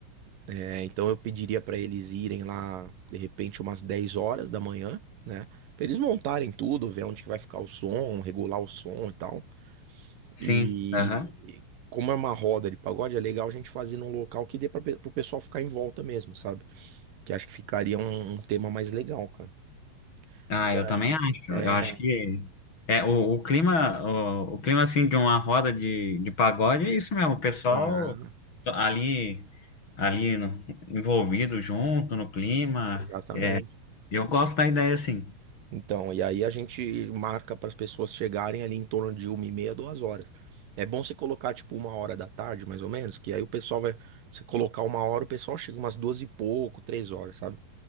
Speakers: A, on the right; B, on the left.
A: É, então eu pediria para eles irem lá, de repente, umas 10 horas da manhã, né? Pra eles montarem tudo, ver onde que vai ficar o som, regular o som e tal.
B: sim,
A: E
B: aham.
A: como é uma roda de pagode, é legal a gente fazer num local que dê para o pessoal ficar em volta mesmo, sabe? Que acho que ficaria um um tema mais legal, cara.
B: Ah,
A: E
B: eu
A: aí,
B: também acho.
A: é,
B: Eu acho que é o, o clima, o, o clima assim de uma roda de, de pagode é isso mesmo. O pessoal
A: é,
B: to- ali, ali no- envolvido junto no clima.
A: exatamente.
B: É, eu gosto da ideia assim.
A: Então, e aí a gente marca para as pessoas chegarem ali em torno de uma e meia, duas horas. É bom você colocar tipo uma hora da tarde, mais ou menos, que aí o pessoal vai. Se colocar uma hora, o pessoal chega umas duas e pouco, três horas, sabe?